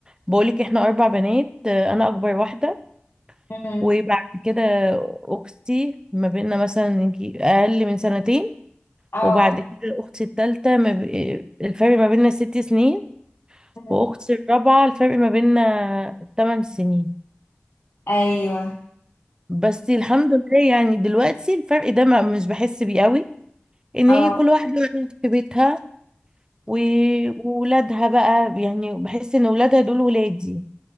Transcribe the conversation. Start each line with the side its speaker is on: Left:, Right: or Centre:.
Right: بقولك احنا اربع بنات آه، انا اكبر واحدة
Left: مم.
Right: وبعد كده اختي ما بيننا مثلا يجي اقل من سنتين
Left: اه
Right: وبعد كده اختي التالتة ما ب... الفرق ما بيننا ست سنين
Left: مم.
Right: واختي الرابعة الفرق ما بيننا تمن سنين
Left: ايوه
Right: بس الحمد لله يعني دلوقتي الفرق ده ما مش بحس بيه قوي ان
Left: اه
Right: ايه كل واحدة في بيتها و- وولادها بقى يعني بحس ان ولادها دول ولادي